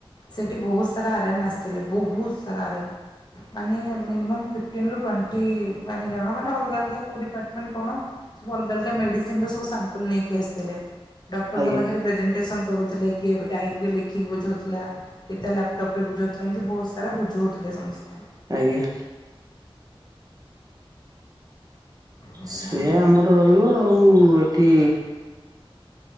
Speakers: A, on the left; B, on the right.
A: ସେଇଠି ବହୁତ୍ ସାରା ଆରାଏମ୍ ଆସିଥିଲେ ବହୁତ ସାରା ଆରାଏମ୍ ମାନେ ମିନିମମ୍ କିନ୍ତୁ ଟ୍ୱେଣ୍ଟି ମାନେ ଜଣ ମାନେ ଅଲଗା ଅଲଗା କଉ ଡିପାର୍ଟମେଣ୍ଟ୍ କଣ ସବୁ ଅଲଗା ଅଲଗା ମେଡ଼ିସିନ୍ ର ସବୁ ସାମ୍ପଲ୍ ନେଇକି ଆସିଥିଲେ। ଡକ୍ଟରଙ୍କ
B: ଆଜ୍ଞା।
A: ପାଖେରେ ପ୍ରେଜେଣ୍ଟେସନ୍ କରୁଥିଲେ କିଏ ଡାଏରୀରେ ଲେଖିକି ବୁଝଉଥିଲା। କିଏ ତା ଲ୍ୟାପଟପ୍ ରେ ବୁଝଉଥିଲେ ଏମିତି ବହୁତ ସାରା ବୁଝଉଥିଲେ ସମସ୍ତେ
B: ଆଜ୍ଞା।
A: ହେଲା
B: ସିଏ
A: ଆଉ
B: ଆମର ରହିବ ଆଉ ଏଠି